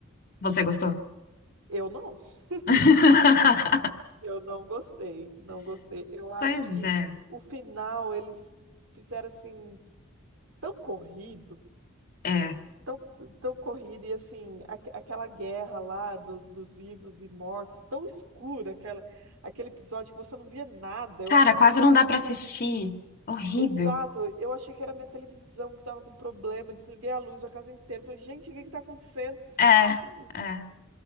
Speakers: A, on the left (about 45°); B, on the right (about 75°).
A: Você gostou?
B: Eu não. <laughs>
A: <laughs>
B: Eu não gostei. Não gostei. Eu acho
A: Pois
B: que
A: é,
B: o final eles fizeram assim, tão corrido,
A: é.
B: tão, tão corrido, e assim, aque- aquela guerra lá do- dos vivos e mortos, tão escura, aquela, aquele episódio que você não via nada. Eu
A: Cara,
B: achei
A: quase
B: que era até
A: não dá pra assistir. Horrível.
B: Exato, eu achei que era minha televisão que tava com problema, desliguei a luz da casa inteira. Falei, gente, o que que tá acontecendo?
A: É,
B: Que que...
A: é.